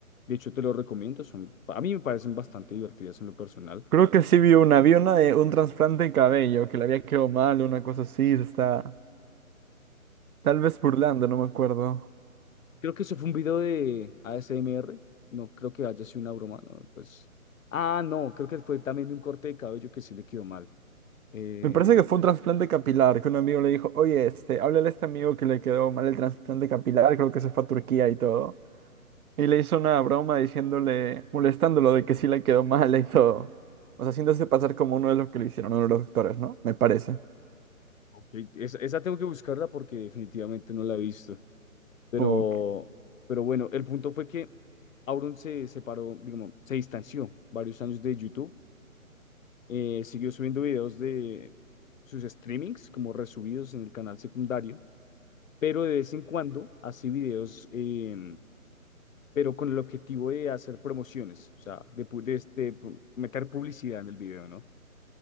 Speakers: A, on the left (about 65°); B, on the right (about 80°).
A: De hecho, te lo recomiendo. Son, a mí me parecen bastante divertidas en lo personal.
B: Creo que sí vi una, vi una de un trasplante de cabello, que le había quedado mal, una cosa así, está... Tal vez burlando, no me acuerdo.
A: Creo que eso fue un video de ASMR. No creo que haya sido una broma, no, pues. Ah, no, creo que fue también de un corte de cabello que sí le quedó mal. Eh,
B: Me parece que fue un trasplante capilar, que un amigo le dijo, oye, este, háblale a este amigo que le quedó mal el trasplante capilar, creo que se fue a Turquía y todo. Y le hizo una broma diciéndole, molestándolo de que sí le quedó mal y todo. O sea, haciéndose pasar como uno de los que le hicieron, uno de los doctores, ¿no? Me parece.
A: ok, esa, esa tengo que buscarla porque definitivamente no la he visto. Pero,
B: Ok.
A: pero bueno, el punto fue que Auron se separó, digamos, se distanció varios años de YouTube, eh, siguió subiendo videos de sus streamings como resubidos en el canal secundario, pero de vez en cuando hace videos, eh, pero con el objetivo de hacer promociones, o sea, de, pu- de este, pu- meter publicidad en el video, ¿no?